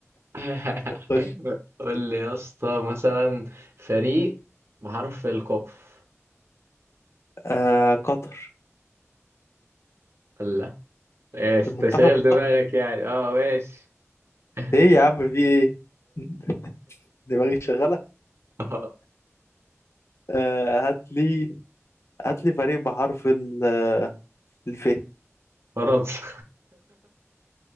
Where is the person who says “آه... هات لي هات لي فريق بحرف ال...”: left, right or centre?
Left